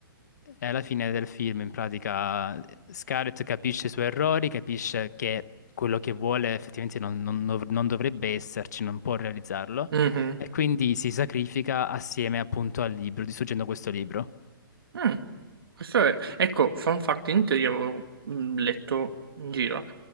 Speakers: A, on the left; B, on the right.
A: È alla fine del film, in pratica, Scarlett capisce i suoi errori, capisce che quello che vuole effettivamente non, non dov- non dovrebbe esserci, non può realizzarlo,
B: mhm.
A: e quindi si sacrifica assieme appunto al libro, distruggendo questo libro.
B: Mm. Questo è... Ecco, fun fact, in teoria avevo mm, letto in giro